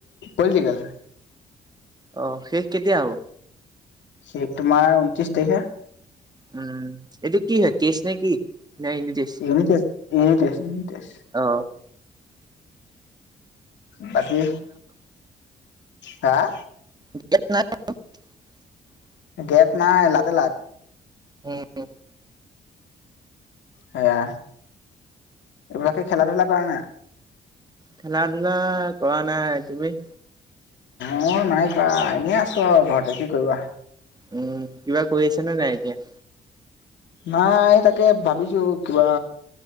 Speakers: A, on the left; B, on the right.
A: কলছিকালে
B: অ শেষ কেতিয়া হ'ব?
A: সেই তোমাৰ ঊনত্ৰিশ তাৰিখে
B: উম এইটো কি হয় কেছ নে কি? ন English
A: unit test unit test
B: অ
A: বাকী হা-
B: <unintelligible>
A: গেপ নাই লাতে লাট
B: হম
A: সেয়া এইবিলাকাকে খেলা ধূলা কৰা নাই।
B: খেলা ধূলা কৰা নাই তুমি-
A: মোৰ নাই কৰা এনেই আছো আৰু ঘৰতে কি কৰিবা।
B: উম কিবা কৈ আছে নে নাই এতিয়া-
A: নাই তাকে ভাবিছো কিবা